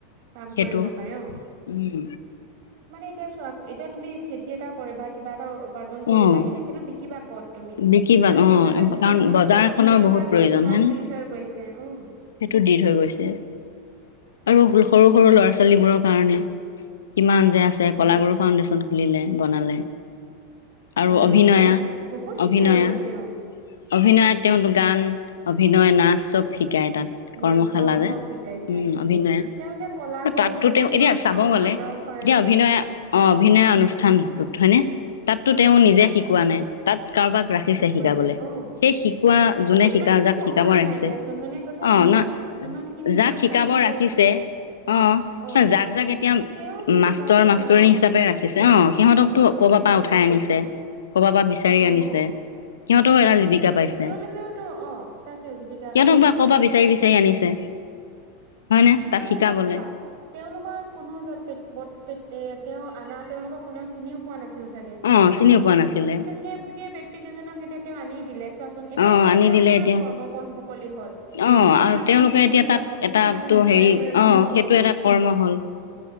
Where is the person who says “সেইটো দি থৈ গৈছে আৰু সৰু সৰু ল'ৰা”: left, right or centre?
Left